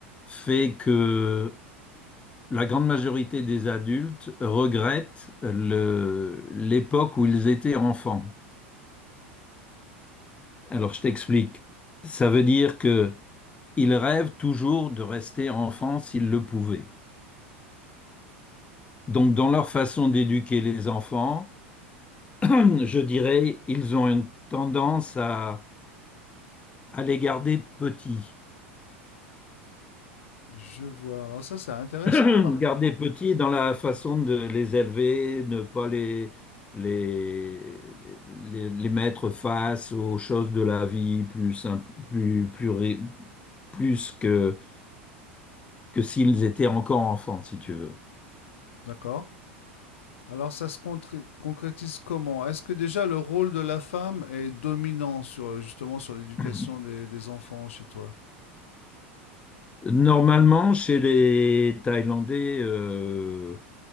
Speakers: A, on the left (about 15°); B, on the left (about 75°).
A: fait que la grande majorité des adultes regrettent le, l'époque où ils étaient enfants. Alors je t'explique. Ça veut dire que ils rêvent toujours de rester enfants s'ils le pouvaient. Donc dans leur façon d'éduquer les enfants, <clears throat> je dirais, ils ont une tendance à à les garder petits.
B: Je vois. Alors ça, c'est intéressant.
A: <clears throat> Garder petits dans la façon de les élever, ne pas les, les, les, les mettre face aux choses de la vie plus simple, plus, plus, ré- plus que, que s'ils étaient encore enfants, si tu veux.
B: D'accord Alors ça se contré- concrétise comment? Est-ce que déjà le rôle de la femme est dominant sur euh, justement sur l'éducation
A: <clears throat>
B: des, des enfants chez toi?
A: Normalement, chez les Thaïlandais, euh,